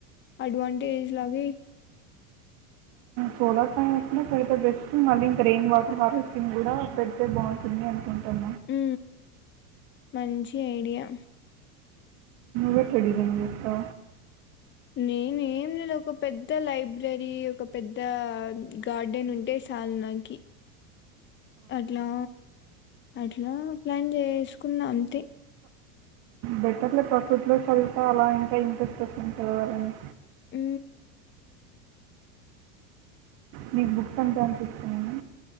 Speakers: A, on the left; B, on the right.
A: అడ్వాంటేజ్ లాగ
B: సోలార్ ప్యాం కూడా పెడితే బెస్ట్ మళ్ళీ ఇంకా రెయిన్ వాటర్ హార్వెస్టింగ్ కూడా పెడితే బాగుంటుంది అనుకుంటాము
A: ఉ మంచి ఐడియా
B: మచ్చ డిజైన్స్ చేస్తా
A: నేనే ఏం ఒక పెద్ద లైబ్ర ప్రైబ్రరీ ఒక పెద్ద గార్డెన్ ఉంటే చాలు నాకి అట్లా అట్లా ప్లాన్ చేసుకున్న అంతే
B: బెటర్లే ప్రాఫిట్ లో చళ్తా అలా ఇంకా ఇంట్రెస్ట్ వస్తుంటంది చదవాలని
A: ఉ
B: మీకు బుక్స్ అంతా ఇష్టమా